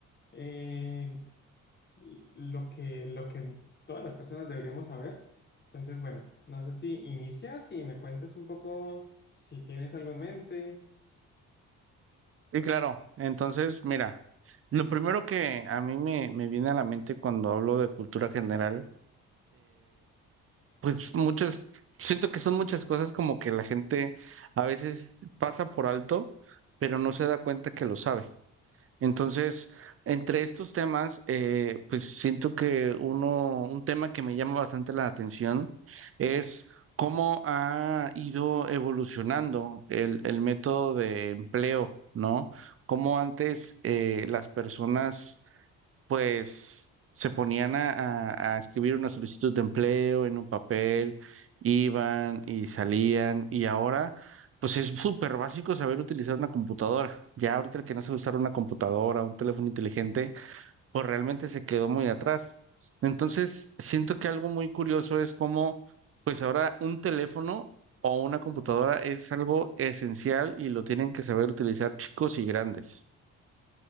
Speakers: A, on the left; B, on the right.
A: eh, y lo que, lo que todas las personas deberíamos saber. Entonces, bueno, no sé si inicias y me cuentas un poco si tienes algo en mente,
B: Sí, claro, entonces mira, lo primero que a mí me, me viene a la mente cuando hablo de cultura general, Pues muchas, siento que son muchas cosas como que la gente a veces pasa por alto, pero no se da cuenta que lo sabe. Entonces, entre estos temas, eh, pues siento que uno, un tema que me llama bastante la atención es cómo ha ido evolucionando el, el método de empleo, ¿no? Cómo antes eh, las personas pues se ponían a, a- a escribir una solicitud de empleo en un papel, iban y salían, y ahora, pues es súper básico saber utilizar una computadora. Ya ahorita el que no sabe usar una computadora, un teléfono inteligente, pues realmente se quedó muy atrás. Entonces, siento que algo muy curioso es cómo, pues ahora un teléfono o una computadora es algo esencial y lo tienen que saber utilizar chicos y grandes.